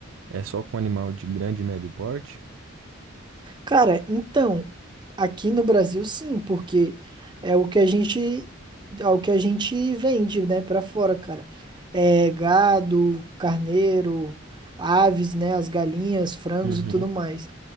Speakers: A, on the right; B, on the right.
A: é só com animal de grande e médio porte?
B: Cara, então, aqui no Brasil sim, porque é o que a gente é o que a gente vende, né, pra fora, cara. É gado, carneiro, aves, né, as galinhas, frangos
A: Uhum,
B: e tudo mais.